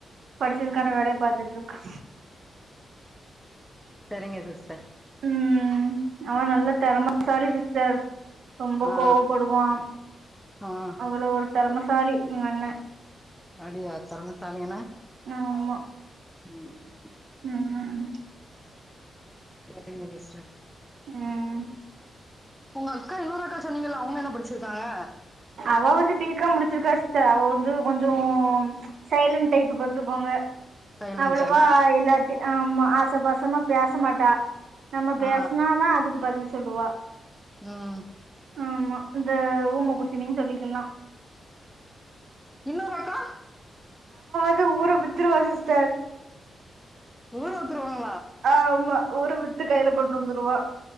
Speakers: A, on the right; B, in the centre.
A: படிச்சதுக்கான வேலைய பாத்துட்ருக்கா
B: செரிங்க சிஸ்
A: ம் அவ நல்ல தெறமசாலி சிஸ்டர் ரொம்ப
B: ஆ
A: கோவப்படுவா
B: ஆ ஆ
A: அவ்ளோ ஒரு தெறமசாலி எங்கண்ணே
B: அப்டியா தெறமசாலினா
A: ஆமா
B: ம்
A: ம்
B: ஓகேங்க சிஸ்டர்
A: ம்
B: உங்கக்கா இன்னொரு அக்கா சொன்னீங்கல அவங்க என்ன படிச்சிருக்காங்க
A: அவ வந்து பி காம் முடிச்சிருக்கா சிஸ்டர் அவ வந்து கொஞ்சோம் சைலன்ட் டைப்பு பாத்துக்கோங்க
B: சைலன்ட்டானா
A: அவ்ளவா எல்லாத் ஆமா ஆசபாசமா பேசமாட்டா நம்ம
B: ஆ
A: பேசுனாதா அதுக்கு பதில் சொல்லுவா
B: ம்
A: ஆமா இந்த ஊம குசுமின் சொல்லிக்கலா
B: இன்னொரு அக்கா
A: அ ஊர வித்துருவா சிஸ்டர்
B: ஊர வித்ருவா
A: ஆ ஆமா ஊர வித்து கைல கொண்டு வந்துருவா